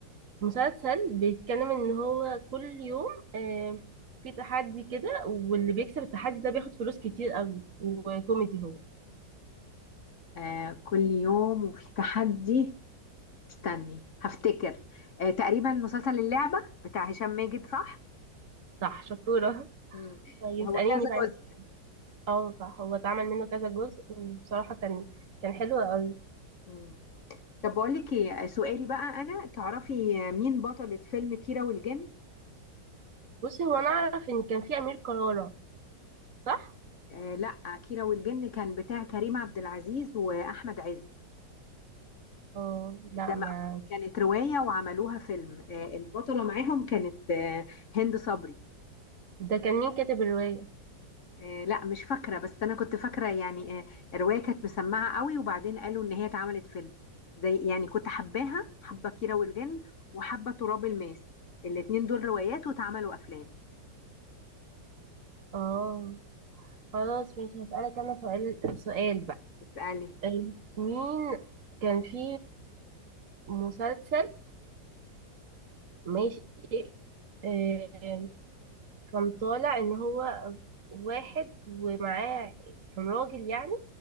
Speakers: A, on the right; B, on the left.
A: مسلسل بيتكلم ان هو كل يوم آه، في تحدي كده واللي بيكسب التحدي ده بياخد فلوس كتير قوي وكوميدي هو
B: آه كل يوم وفي تحدي استني هفتكر آه تقريبا مسلسل اللعبه بتاع هشام ماجد صح
A: صح شطورة <laughs>
B: مم.
A: طيب
B: هو
A: اسأليني
B: كذا
A: بقى
B: جزء
A: انت اه صح هو اتعمل منه كذا جزء وبصراحة كان كان حلو قوي
B: مم. طب بقول لك ايه سؤالي بقى انا تعرفي مين بطلة فيلم كيرة والجن
A: بصي هو انا اعرف ان كان في امير كرارة صح
B: آه لا كيرة والجن كان بتاع كريم عبد العزيز واحمد عز
A: اه لا
B: ده
A: ما
B: مأخو- كانت رواية وعملوها فيلم آه البطلة معاهم كانت آه هند صبري
A: ده كان مين كاتب الرواية
B: آه لا مش فاكرة بس انا كنت فاكرة يعني آه الرواية كانت مسمعة قوي وبعدين قالوا ان هي اتعملت فيلم زي يعني كنت حباها حبة كيرة والجن وحبة تراب الماس الاتنين دول روايات واتعملوا افلام
A: اه خلاص ماشي هسألك انا سؤال سؤال بقى
B: اسألي
A: آه، مين كان في مسلسل ماشي آه، كان طالع ان هو واحد ومعاه كان راجل يعني